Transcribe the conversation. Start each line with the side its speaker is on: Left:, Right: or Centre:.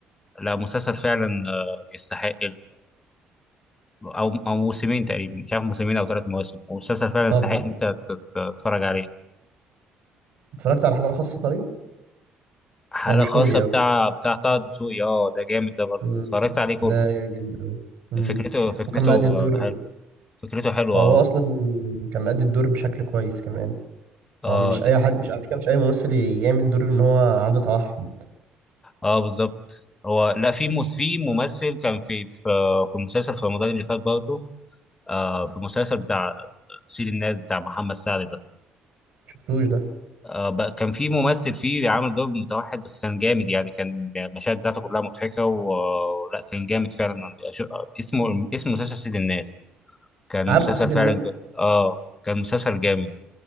Left: لا مسلسل فعلا آه، يستحق او او موسمين تقريبا مش عارف موسمين او ثلاث مواسم والمسلسل فعلا
Right: طب
Left: يستحق ان انت تت- تتفرج عليه
Right: اتفرجت على حلقه خاصه طيب
Left: حالة
Right: هو مش
Left: خاصة
Right: كوميدي
Left: بتاع
Right: قوي
Left: بتاع طه دسوقي اه ده جامد ده برضه
Right: مم.
Left: اتفرجت عليه كله
Right: ده جامد قوي مم.
Left: فكرته فكرته
Right: وكان مأدي
Left: آه،
Right: الدور
Left: حلوه فكرته حلوه
Right: هو
Left: اه
Right: اصلا كان مأدي الدور بشكل كويس كمان
Left: اه
Right: هو مش اي
Left: ده-
Right: حد مش على فكره مش اي ممثل يعمل دور ان هو عنده توحد
Left: اه بالظبط هو لا في مس- في ممثل كان في في في مسلسل في رمضان اللي فات برضه آه في مسلسل بتاع سيد الناس بتاع محمد سعد ده
Right: شفتوش ده
Left: آه، بقى- كان في ممثل فيه عامل دور متوحد بس كان جامد يعني كان المشاهد بتاعته كلها مضحكة ولا كان جامد فعلا أش- اسمه اسم مسلسل سيد الناس كان
Right: عارفه
Left: مسلسل
Right: سيد
Left: فعلا
Right: الناس
Left: اه كان مسلسل جامد